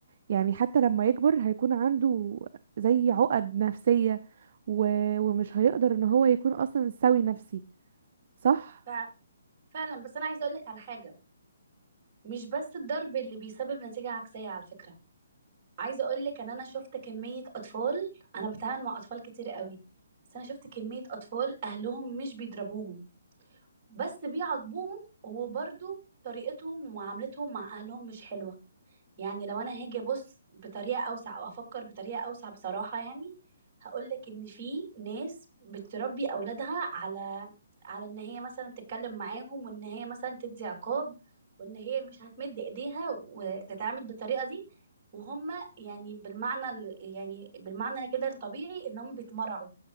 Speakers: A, on the right; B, on the right.
A: يعني حتى لما يكبر هيكون عنده زي عقد نفسية و... ومش هيقدر ان هو يكون اصلا سوي نفسي صح
B: ف... فعلا بس أنا عايزة أقولك على حاجة مش بس الضرب اللي بيسبب نتيجة عكسية على فكرة عايزة أقولك إن أنا شفت كمية أطفال أنا بتعامل مع أطفال كتير قوي بس أنا شفت كمية أطفال أهلهم مش بيضربوهم بس بيعاقبوهم وبرضو طريقتهم ومعاملتهم مع اهلهم مش حلوة يعني لو انا هاجي ابص بطريقة اوسع او افكر بطريقة اوسع بصراحة يعني هقولك ان في ناس بتربي اولادها على على ان هي مثلا تتكلم معاهم وان هي مثلا تدي عقاب وان هي مش هتمد ايديها وتتعامل بالطريقة دي وهم يعني بالمعنى ال- يعني بالمعنى كده الطبيعي ان هم بيتمرعوا